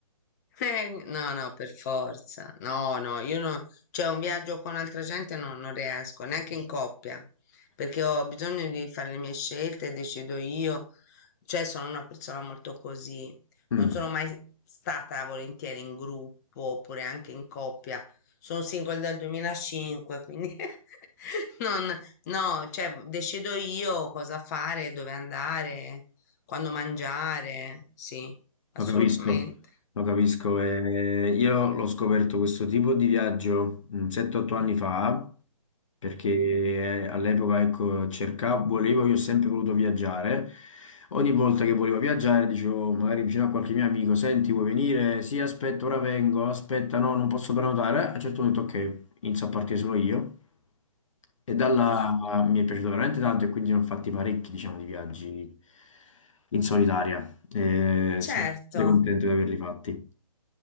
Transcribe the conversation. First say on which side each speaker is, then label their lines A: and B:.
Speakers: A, on the left; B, on the left.
A: Eh, no, no, per forza. No, no, io no, cioè un viaggio con altra gente no- non riesco, neanche
B: <laughs>
A: in coppia, perché ho bisogno di fare le mie scelte, decido io, cioè sono una persona molto così.
B: Mm.
A: Non sono mai stata volentieri in gruppo oppure anche in coppia. Sono single dal 2005, quindi <laughs> non, no, cioè decido io cosa fare, dove andare. Quando mangiare, sì, assolutamente.
B: Lo capisco, lo capisco. e io l'ho scoperto questo tipo di viaggio mm, 7-8 anni
A: <laughs>
B: fa, perché eh, all'epoca ecco, cercavo, volevo, io ho sempre voluto viaggiare. Ogni volta che volevo viaggiare, dicevo magari vicino a qualche mio amico, senti, vuoi venire? Sì, aspetta, ora vengo, aspetta, no, non posso prenotare. A un certo punto, ok, inizio a partire solo io. E dalla
A: Esatto.
B: mi è piaciuto veramente tanto e quindi ne ho fatti parecchi, diciamo, di viaggi in solitaria. E sono
A: Certo.
B: veramente contento di averli fatti.